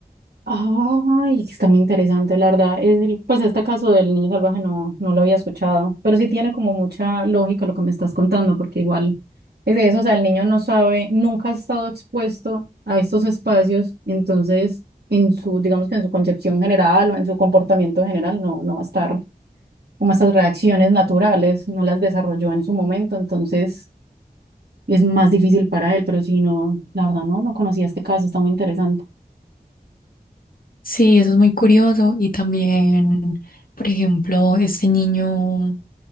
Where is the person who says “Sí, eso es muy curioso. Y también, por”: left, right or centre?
Left